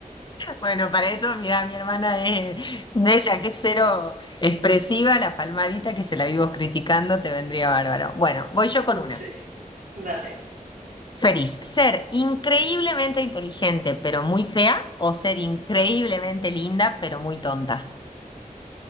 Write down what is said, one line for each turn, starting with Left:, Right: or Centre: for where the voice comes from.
Left: Bueno, para eso, mira, mi hermana es de ella, que es cero expresiva, la palmadita que se la vivo criticando, te vendría bárbaro. Bueno, voy yo con
Right: <laughs>
Left: una.
Right: Sí, dale.
Left: Feliz, ser increíblemente inteligente pero muy fea o ser increíblemente linda pero muy tonta.